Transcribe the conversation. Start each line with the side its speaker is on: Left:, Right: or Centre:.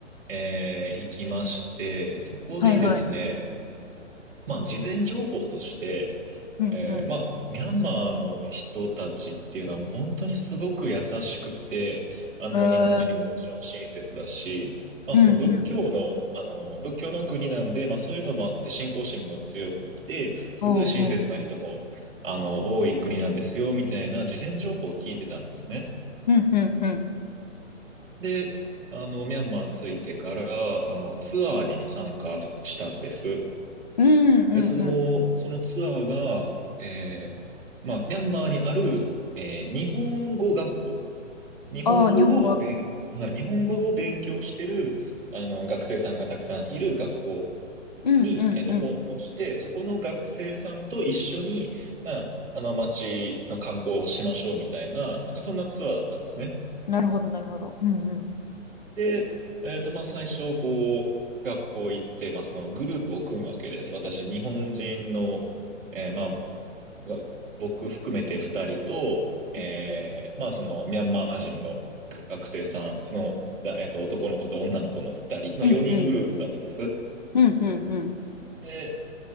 Right: えー行きまして、そこでですね、
Left: はいはい。
Right: まあ、事前情報として、
Left: うんうん。
Right: えーまあ、ミャンマーの人たちっていうのはもう本当にすごく優しくて、あのもう日本人にももちろん親切だし、
Left: えー、
Right: まあその仏教の、
Left: うんうん。
Right: あの、仏教の国なんで、まあそういうのもあって信仰心も強くて、すごい親切な人も、
Left: うんうんうん。おー
Right: あの、多い国なんですよ、みたいな事前情報を聞いてたんですね。
Left: うんうんうん。
Right: で、あの、ミャンマー着いてから、あの、ツアーに参加したんです。
Left: うんうんうん。
Right: で、その、そのツアーが、えーまあ、ミャンマーにある、えー日本語学校、日本語を勉、
Left: ああ、日本語学校。
Right: はい、日本語を勉強してる、
Left: うん。
Right: あの、学生さんがたくさんいる学校
Left: うんうんうん。
Right: に、えーと、訪問して、そこの学生さんと一緒に、まあ、あの、街の観光をしましょうみたいな、なんかそんなツアーだったんですね。
Left: なるほどなるほど。うんうん。
Right: で、えっと、まあ、最初、こう、学校行って、まあ、そのグループを組むわけです。私、日本人の、えーまあ、が僕含めて2人と、えーまあ、
Left: うんうん。
Right: そのミャンマー人の学生さんの、だえっと、男の子と女の子の2人の4人グループだったんです。
Left: うんうんうん、うん、うん。
Right: で、